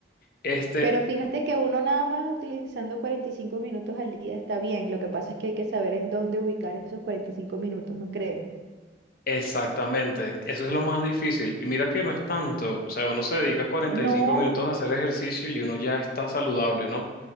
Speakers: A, on the left; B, on the right.
A: Este,
B: Pero fíjate que uno nada más utilizando 45 minutos al día está bien. Lo que pasa es que hay que saber en dónde ubicar esos 45 minutos, ¿no crees?
A: Exactamente, eso es lo más difícil. Y mira que no es tanto, o sea, uno se dedica cuarenta y
B: No,
A: cinco minutos a hacer ejercicio y uno ya está saludable, ¿no?